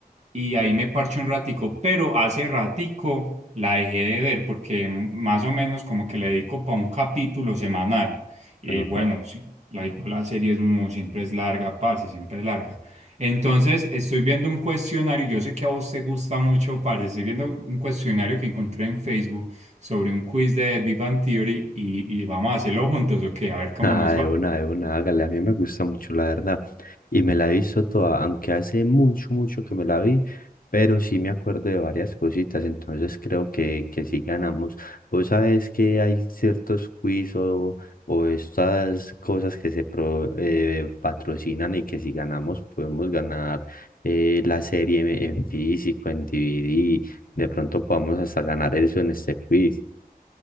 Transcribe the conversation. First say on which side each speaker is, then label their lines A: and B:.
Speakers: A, on the right; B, on the left.
A: y ahí me parché un ratico, pero hace ratico la dejé de ver porque más o menos como que le dedico para un capítulo semanal. Y
B: Ajá.
A: bueno, sí, la igual la serie es muy, siempre es larga, parce, siempre es larga. Entonces estoy viendo un cuestionario, yo sé que a vos te gusta mucho, parce, estoy viendo un cuestionario que encontré en Facebook sobre un quiz de Big Bang Theory y, y vamos a hacerlo juntos, ok, a ver cómo
B: Ah,
A: nos
B: de
A: va.
B: una, de una, hágale. A mí me gusta mucho, la verdad. Y me la he visto toda, aunque hace mucho, mucho que me la vi, pero sí me acuerdo de varias cositas, entonces creo que, que sí ganamos. Vos sabés que hay ciertos quiz o, o estas cosas que se pro- eh, patrocinan y que si ganamos podemos ganar eh, la serie en, en físico, en DVD. De pronto podemos hasta ganar eso en este quiz. <laughs>